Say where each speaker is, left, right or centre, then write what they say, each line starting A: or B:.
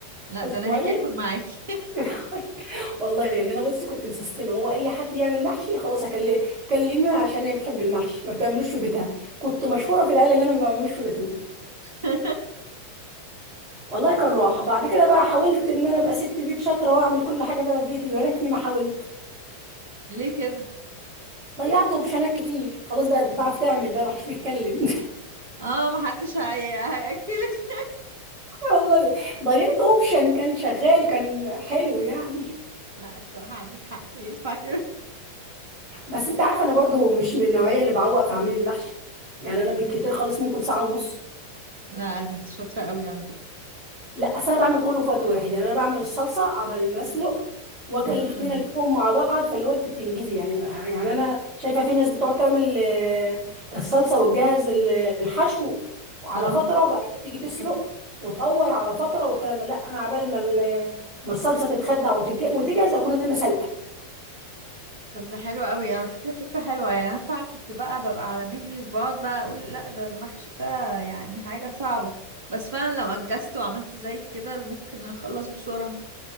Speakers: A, on the right; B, on the right.
A: لا
B: اسبوعيا
A: ده انا هاجي اكل معاكي
B: <laughs> والله يعني انا بصي كنت مسستمه هو اي حد يعمل محشي خلاص اكلمه كلمه عشان هي بتحب المحشي ما بتعملوش في بيتها كنت مشهوره في العيله ان انا ما بعملوش في بيتنا
A: <laughs>
B: والله كان راحه بعد كده بقى حاولت ان انا ابقى ست بيت شاطره واعمل كل حاجه بقى في بيتي يا ريتني ما حاولت
A: ليه كده
B: ضيعت اوبشنات كتير خلاص بقت بتعرف تعمل بقى محدش بيتكلم
A: اه محدش هي... هياكلك
B: والله ضيعت اوبشن كان شغال كان حلو يعني
A: <laughs> لا الصراحه عندك حق ينفع كده
B: بس انت عارف انا برضو مش من النوعيه اللي بعوق في عميل المحشي يعني انا بالكتير خالص ممكن ساعه ونص
A: لا ده انت شاطره قوي على فكره
B: لا اصل انا بعمل كله في وقت واحد يعني انا بعمل الصلصه عبال ما اسلق واجي
A: امم
B: الاتنين الفهم مع بعض فاللي هو انت بتنجزي يعني يعني انا شايفه في ناس بتقعد تعمل آه، الصلصه وتجهز ال- الحشو على
A: اه
B: فتره وبعد كده تيجي تسلق وتقور على فتره والكلام ده لا انا عبال ما ال- ما الصلصه تتخدع وتتج- وتجهز اكون انا سلقه
A: طب ده حلو قوي على فكره فكره حلوه يعني انا فعلا كنت بقى ببقى على مهلي وبقعد بقى اقول لا ده المحشي ده يعني حاجه صعبه بس فعلا لو انجزت وعملت زي كده ممكن اخلص بسرعه